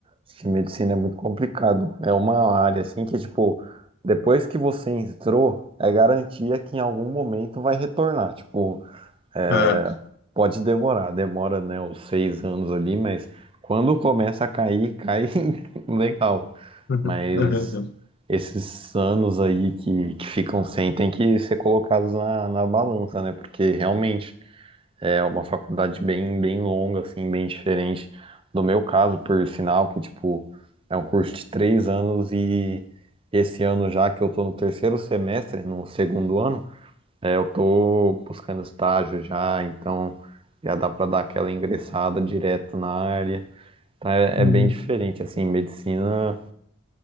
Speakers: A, on the right (about 25°); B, on the left (about 50°).
A: acho que medicina é muito complicado. É uma área, assim, que, tipo, depois que você entrou, é garantia que em algum momento vai retornar. Tipo, é,
B: É.
A: pode demorar, demora, né, os seis anos ali, mas quando começa a cair, cai <laughs> legal.
B: <laughs>
A: Mas esses anos aí que, que ficam sem tem que ser colocados na, na balança, né? Porque realmente é uma faculdade bem, bem longa, assim, bem diferente do meu caso, por sinal, que, tipo, é um curso de três anos e esse ano já que eu tô no terceiro semestre, no segundo ano, é, eu tô buscando estágio já, então já dá pra dar aquela ingressada direto na área. Então é,
B: Uhum.
A: é bem diferente, assim, medicina,